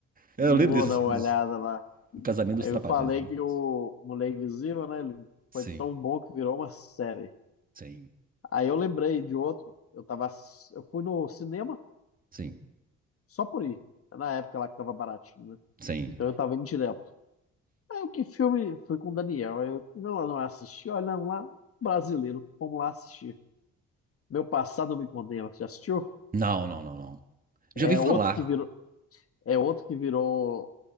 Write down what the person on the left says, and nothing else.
vou
dar
uma
olhada lá.
Eu
falei
que o
Mulher Invisível, né? Ele
foi tão bom que virou uma série.
Aí eu lembrei de outro. Eu tava. ass- Eu fui no cinema
só por ir. É Na época lá que tava baratinho, né?
Então eu tava indo direto. Aí o que filme? Fui com o Daniel. Aí eu não, não assisti, olha lá, brasileiro. Vamos lá assistir. Meu passado me condena. Já assistiu?
É
outro que virou, é outro que virou,